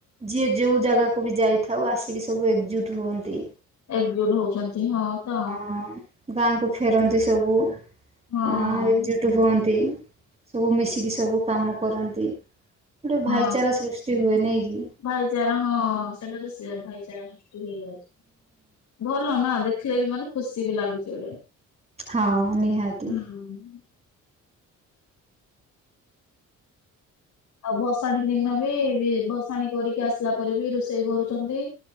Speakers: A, on the right (about 20°); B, on the left (about 65°).
A: ଯିଏ ଯେଉଁ ଜାଗାକୁ ବି ଯାଇଥାଉ ଆସିକି ସବୁ ଏକଜୁଟ୍ ହୁଅନ୍ତି।
B: ଏକଜୁଟ ହଉଛନ୍ତି ହଁ ତ
A: ହଁ ଗାଁକୁ ଫେରନ୍ତି ସବୁ
B: ହଁ।
A: ଅଁ ଏକଜୁଟ ହୁଅନ୍ତି। ସବୁ ମିଶିକି ସବୁ କାମ କରନ୍ତି। ଗୋଟେ
B: ହଁ
A: ଭାଇଚାରା ସୃଷ୍ଟି ହୁଏ ନାଇଁ କି?
B: ଭାଇଚାରା ହଁ ସେଟାରୁ ସେୟା ଭାଇଚାରା ସୃଷ୍ଟି ହେଇଯାଉଛି ଭଲ ନା ଦେ ଦେଖିଲେ ବି ମାନେ ଖୁସି ବି ଲାଗୁଛି ଗୋଟେ
A: ହଁ ନିହାତି
B: ହୁଁ। ଆଉ ଭସାଣି ଦିନ ବି ଭସାଣି କରିକି ଆସିଲା ପରେ ବି ରୋଷେଇ କରୁଛନ୍ତି